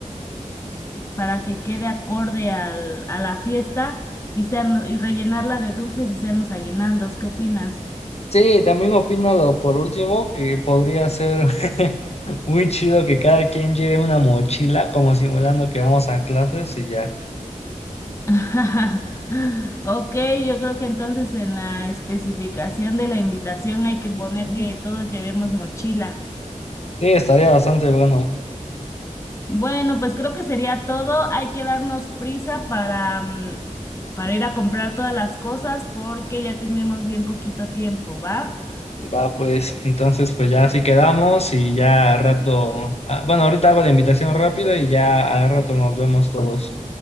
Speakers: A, on the left; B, on the left.
A: para que quede acorde al, a la fiesta y sean, y rellenarla de dulces y sean los aguinaldos. ¿Qué opinas?
B: Sí, también opino lo por último que podría ser <laughs> Muy chido que cada quien lleve una mochila, como simulando que vamos a clases y ya.
A: <laughs> Ok, yo creo que entonces en la especificación de la invitación hay que poner que todos llevemos mochila.
B: Sí, estaría bastante bueno.
A: Bueno, pues creo que sería todo. Hay que darnos prisa para, mm, para ir a comprar todas las cosas porque ya tenemos bien poquito tiempo, ¿va?
B: Va, pues, entonces, pues ya así quedamos y ya al rato. ah, bueno, ahorita hago la invitación rápido y ya al rato nos vemos todos.